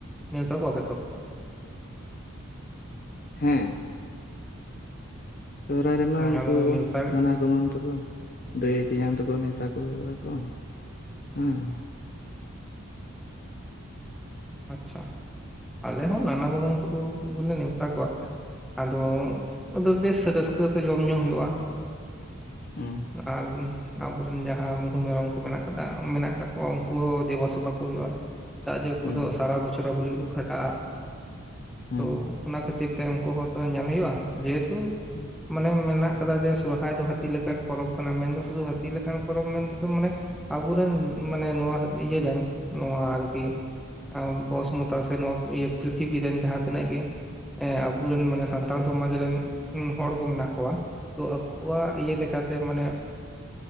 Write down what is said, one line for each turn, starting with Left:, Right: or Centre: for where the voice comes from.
Centre: ᱱᱮᱣᱛᱟ ᱠᱚᱣᱟ ᱯᱮ ᱛᱚ
Left: ᱦᱮᱸ ᱥᱚᱦᱨᱟᱭ ᱨᱮᱢᱟ
Centre: ᱦᱩᱸ,
Left: ᱩᱱᱠᱩ
Centre: ᱟᱫᱚ ᱱᱮᱣᱛᱟ
Left: ᱱᱟᱱᱟ ᱠᱚᱢᱟᱹᱟᱝ ᱛᱟᱠᱚ ᱫᱟᱹᱭ ᱛᱮᱧᱟᱝ ᱛᱟᱠᱚ ᱚᱱ ᱛᱟᱠᱚ ᱠᱚ ᱦᱮᱸ
Centre: ᱟᱪᱪᱷᱟ ᱟᱞᱮ ᱦᱚᱸ ᱱᱟᱱᱟ ᱠᱩᱢᱟᱝ ᱛᱟᱠᱚ ᱜᱮᱞᱮ ᱱᱮᱣᱛᱟ ᱠᱚᱣᱟ ᱟᱫᱚ ᱵᱮᱥ ᱨᱟᱹᱥᱠᱟᱹᱛᱮ ᱡᱚᱢ ᱧᱩ ᱦᱩᱭᱩᱜᱼᱟ
Left: ᱦᱩᱸ
Centre: ᱟᱨ ᱟᱵᱚᱨᱮᱱ ᱡᱟᱦᱟᱸ ᱢᱤᱦᱩ ᱢᱮᱨᱚᱢ ᱠᱚ ᱢᱮᱱᱟᱜ ᱟᱠᱟᱫᱠᱚᱣᱟ ᱩᱱᱠᱩ ᱦᱚᱸ ᱫᱮᱵᱟ ᱥᱮᱵᱟ ᱠᱚ ᱦᱩᱭᱩᱜᱼᱟ ᱪᱮᱫᱟᱜ ᱡᱮ ᱩᱱᱠᱩ
Left: ᱦᱩᱸ
Centre: ᱫᱚ ᱥᱟᱨᱟ ᱵᱚᱪᱷᱚᱨᱟ ᱟᱵᱚ ᱞᱟ. ᱜᱩᱫ ᱜᱮᱠᱚ ᱠᱷᱟᱴᱟᱜᱼᱟ
Left: ᱦᱩᱸ
Centre: ᱛᱚ ᱚᱱᱟ ᱠᱷᱟᱹᱛᱤᱨ ᱛᱮ ᱩᱱᱠᱩ ᱦᱚᱸᱛᱚ ᱧᱮᱞ ᱦᱩᱭᱩᱜᱼᱟ ᱡᱮᱦᱮᱛᱩ
Left: ᱦᱩᱸ
Centre: ᱢᱟᱱᱮ ᱢᱮᱱᱟᱜ ᱠᱚ ᱡᱮ ᱥᱚᱨᱦᱟᱭ ᱫᱚ ᱦᱟᱹᱛᱤ ᱞᱮᱠᱟᱱ ᱯᱚᱨᱚᱵᱽ ᱠᱟᱱᱟ ᱢᱮᱱᱫᱚ ᱥᱩᱫᱷᱩ ᱦᱟᱹᱛᱤ ᱞᱮᱠᱟᱱ ᱯᱚᱨᱚᱵᱽ ᱢᱮᱱᱛᱮᱫᱚ ᱢᱟᱱᱮ ᱟᱵᱚᱨᱮᱱ ᱢᱟᱱᱮ ᱱᱚᱣᱟ ᱤᱭᱟᱹ ᱨᱮᱱ ᱱᱚᱣᱟ ᱟᱨᱠᱤ ᱵᱚᱥᱢᱚᱛᱟ ᱥᱮ ᱱᱚᱣᱟ ᱯᱨᱤᱛᱷᱤᱵᱤ ᱨᱮᱱ ᱡᱟᱦᱟᱸ ᱛᱤᱱᱟᱹᱜ ᱜᱮ ᱦᱮᱸ ᱟᱵᱚᱨᱮᱱ ᱢᱟᱱᱮ ᱥᱟᱱᱛᱟᱲ ᱥᱚᱢᱟᱡᱽ ᱨᱮᱱ ᱦᱚᱲ ᱠᱚ ᱢᱮᱱᱟᱜ ᱠᱚᱣᱟ ᱛᱚ ᱟᱠᱚᱣᱟᱜ ᱤᱭᱟᱹ ᱞᱮᱠᱟ ᱛᱮ ᱢᱟᱱᱮ